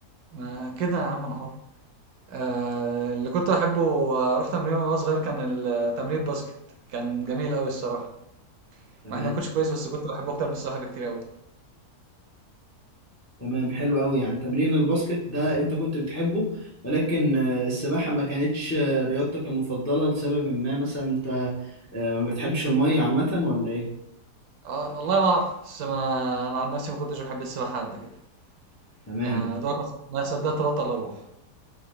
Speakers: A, on the right; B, on the left.
A: ما كده يا عم أنا حر. آه، اللي كنت بحبه وأروح تمرين وأنا صغير كان التمرين باسكت، كان جميل أوي الصراحة،
B: تمام
A: مع إني ما كنتش كويس بس كنت بحبه أكتر من السباحة بكتير أوي.
B: تمام حلو قوي يعني تمرين الباسكت ده انت كنت بتحبه ولكن آه، السباحة ما كانتش آه، رياضتك المفضلة لسبب ما مثلا انت آه، ما بتحبش المية عامة ولا ايه؟
A: آه، والله ما أعرف، بس ما أنا عن نفسي ما كنتش بحب السباحة قد كده،
B: تمام
A: يعني دوبك ما ما صدقت أبطل أروح.